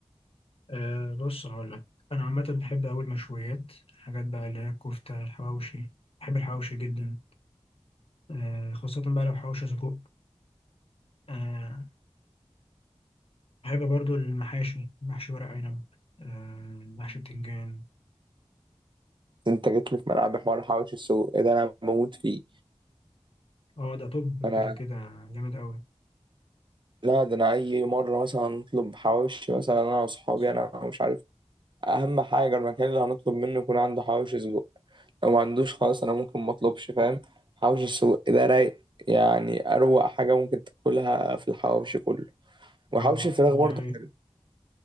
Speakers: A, on the left (about 55°); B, on the right (about 45°).
A: أه بص هقول لك انا عامه بحب أوي المشويات الحاجات بقى اللي هي الكفته الحواوشي بحب الحواوشي جدا أه خاصه بقى لو حواوشي سجق أه بحب برضو المحاشي محشي ورق عنب أه محشي بتنجان
B: انت جيت لي في ملعب حوار حواوشي السجق إيه ده انا بموت فيه
A: اه ده طب
B: انا
A: كده كده جامد أوي
B: لا ده انا اي مره مثلا نطلب حواوشي مثلا انا واصحابي
A: ماشي
B: انا مش عارف اهم حاجه المكان اللي هنطلب منه يكون عنده حواوشي سجق لو ما عندوش خلاص انا ممكن ما اطلبش فاهم حواوشي السجق ده رايق يعني اروق حاجه ممكن تاكلها في الحواوشي كله وحواوشي
A: اه
B: الفراخ
A: دي
B: برضه
A: حقيقة
B: حلو.